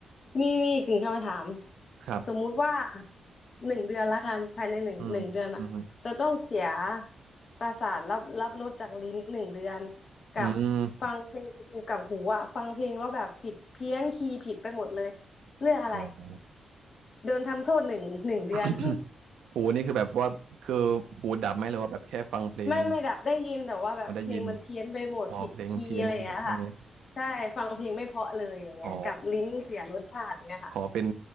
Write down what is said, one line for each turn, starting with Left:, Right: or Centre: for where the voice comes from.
Left: มีมีอีกหนึ่งคำถาม
Right: ครับ
Left: สมมุติว่าหนึ่งเดือนละกันภายในหนึ่งหนึ่งเดือนอะจะต้องเสีย
Right: อืมอืม
Left: ประสาทรับรับรสจากลิ้นหนึ่งเดือนกับ
Right: อืม
Left: ฟังเพลงกับหูอะฟังเพลงแล้วแบบผิดเพี้ยนคีย์ผิดไปหมดเลยเรื่องอะไร
Right: โอ้โห
Left: โดนทำโทษหนึ่งหนึ่งเดือน
Right: <coughs>
Left: <laughs>
Right: หูนี่คือแบบว่าคือหูดับไหมหรือว่าแบบแค่ฟังเพลง
Left: ไม่ไม่ดับได้ยินแต่ว่าแบบเพลงมันเพี้ยนไปหมดผิดคีย์อะไรอย่างเงี้ยค่ะ
Right: พอได้ยินอ๋อเพลงเพี้ยนไม่หมดใช่ไหม
Left: ใช่ฟังเพลงไม่เพราะเลยอย่างเงี้ยกับลิ้นเสียรสชาติอย่างเงี้ยค่ะ
Right: อ๋อขอเป็น